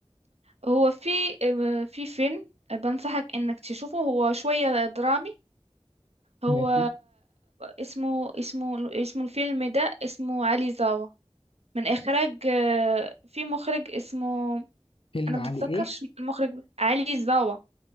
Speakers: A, on the right (about 80°); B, on the left (about 60°).
A: هو في آه، في فيلم بنصحك انك تشوفه هو شوية درامي هو
B: ماشي
A: اسمه اسمه اسمه الفيلم ده اسمه علي زاوة من اخراج آه، في مخرج اسمه
B: فيلم
A: انا
B: علي
A: بتذكرش
B: ايه
A: المخرج علي زاوة